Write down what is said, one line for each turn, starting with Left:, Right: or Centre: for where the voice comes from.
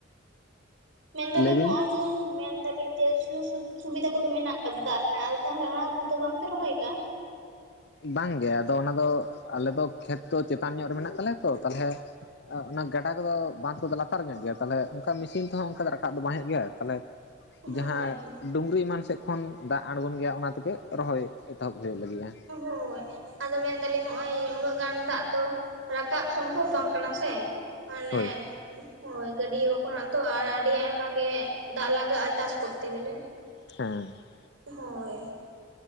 Right: ᱢᱮᱱ ᱫᱟᱞᱤᱧ
Left: ᱞᱟᱹᱭ ᱵᱤᱱ
Right: ᱦᱚᱜᱼᱚᱭ ᱡᱮ ᱢᱮᱱ ᱫᱟᱵᱤᱱ ᱡᱮ ᱥᱩᱡᱚᱠ ᱥᱩᱵᱷᱤᱫᱟ ᱠᱚᱫᱚ ᱢᱮᱱᱟᱜ ᱠᱟᱫᱟ ᱫᱟᱜ ᱨᱮᱱᱟᱜ ᱟᱫᱚ ᱛᱟᱦᱚᱞᱮ ᱚᱱᱟ ᱠᱷᱟᱛᱤᱨ ᱛᱮ ᱵᱟᱝ ᱯᱮ ᱨᱚᱦᱚᱭ ᱠᱟᱜᱼᱟ᱾
Left: ᱵᱟᱝ ᱜᱮ ᱟᱫᱚ ᱚᱱᱟ ᱫᱚ ᱟᱞᱮ ᱫᱚ ᱠᱷᱮᱛ ᱛᱚ ᱪᱮᱛᱟᱱ ᱧᱚᱜ ᱨᱮ ᱛᱟᱞᱮᱭᱟ ᱛᱚ ᱛᱟᱦᱚᱞᱮ ᱚᱱᱟ ᱜᱟᱰᱟ ᱠᱚᱫᱚ ᱵᱟᱸᱫᱷ ᱠᱚᱫᱚ ᱞᱟᱛᱟᱨ ᱧᱚᱜ ᱜᱮᱭᱟ ᱛᱟᱦᱚᱞᱮ ᱚᱱᱠᱟ ᱢᱮᱥᱤᱱ ᱛᱮᱦᱚᱸ ᱚᱱᱠᱟ ᱫᱚ ᱨᱟᱠᱟᱵ ᱫᱚ ᱵᱟᱝ ᱦᱩᱭᱩᱜ ᱜᱮᱭᱟ ᱛᱟᱦᱚᱞᱮ
Right: ᱦᱳᱭ
Left: ᱡᱟᱦᱟᱸ
Right: ᱦᱳᱭ
Left: ᱰᱩᱝᱨᱤ ᱮᱢᱟᱱ ᱥᱮᱫ ᱠᱷᱚᱱ ᱫᱟᱜ ᱟᱬᱜᱚᱱ ᱜᱮᱭᱟ ᱚᱱᱟ ᱛᱮᱜᱮ ᱨᱚᱦᱚᱭ ᱮᱛᱚᱦᱚᱵ ᱦᱩᱭᱩᱜ ᱞᱟᱹᱜᱤᱜᱼᱟ ᱾
Right: ᱦᱳᱭ ᱟᱫᱚ ᱢᱮᱱᱫᱟᱞᱤᱧ ᱦᱚᱜᱼᱚᱭ ᱩᱱᱟᱹᱜ ᱜᱟᱱ ᱫᱟᱜ ᱛᱚ ᱨᱟᱠᱟᱵ ᱥᱚᱢᱵᱷᱚᱵᱽ ᱵᱟᱝ ᱠᱟᱱᱟ ᱥᱮ ᱢᱟᱱᱮ
Left: ᱦᱳᱭ
Right: ᱦᱳᱭ ᱜᱟᱹᱰᱤᱭᱚ ᱠᱷᱚᱱᱟᱜ ᱫᱚ ᱟᱨ ᱟᱹᱰᱤ ᱟᱭᱢᱟ ᱜᱮ ᱫᱟᱜ ᱞᱟᱜᱟᱜᱼᱟ ᱪᱟᱥ ᱠᱚᱨᱛᱮ ᱜᱮᱞᱮ ᱾
Left: <inaudible>
Right: ᱦᱳᱭ ᱾